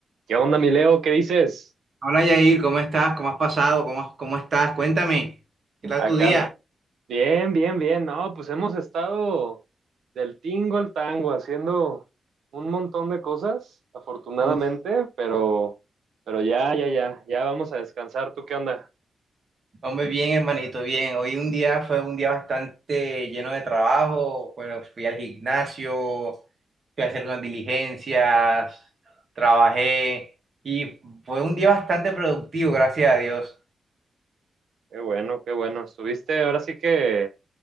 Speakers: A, on the right; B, on the right.
A: ¿Qué onda, mi Leo? ¿Qué dices?
B: Hola Yair, ¿cómo estás? ¿Cómo has pasado? ¿Cómo, has- cómo estás? Cuéntame, ¿qué tal
A: Acá,
B: tu día?
A: an- bien, bien, bien. No, pues hemos estado del tingo al tango haciendo un montón de cosas, afortunadamente,
B: Uf,
A: pero, pero ya, ya, ya, ya vamos a descansar. ¿Tú qué onda?
B: Hombre, bien, hermanito, bien. Hoy un día fue un día bastante lleno de trabajo. Bueno, fui al gimnasio, fui a hacer unas diligencias, trabajé y fue un día bastante productivo, gracias a Dios.
A: Qué bueno, qué bueno. Estuviste ahora sí que